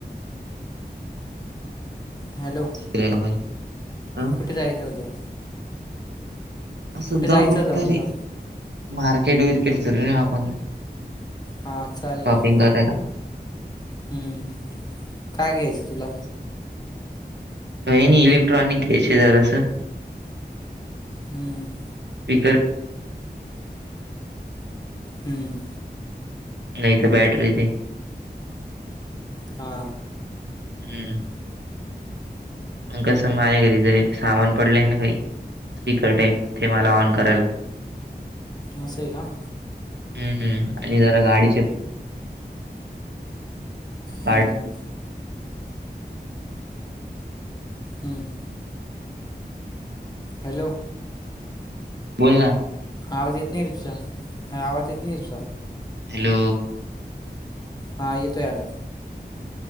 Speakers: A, on the left; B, on the right.
A: हॅलो.
B: <unintelligible> पण हा
A: कुठे जायच होतं?
B: असंच
A: कुठे
B: जाऊ
A: जायचं
B: कुठतरी
A: होतं म्हटलं
B: मार्केट बीरकेट फिरून येऊ आपण.
A: हा चालेल
B: शॉपिंग
A: ना.
B: करायला
A: हम्म काय घ्यायचं तुला?
B: काय नाई इलेक्ट्रॉनिक घ्यायचंय जरासं.
A: हम्म.
B: स्पीकर
A: हम्म.
B: नाय त बॅटरी ते
A: हा.
B: हम्म. मग कसं माझ्या घरी जरा एक सामान पडलंय ना काही स्पीकर टाईप ते मला ऑन करायला
A: आसय का?
B: हम् हम् आणि जरा गाडीचे पार्ट
A: हम्म. हम्म. हॅलो.
B: बोल ना.
A: आवाज येत नाय रे तुजा आवाज येत नाय तुझा.
B: हॅलो.
A: हां येतोय आता.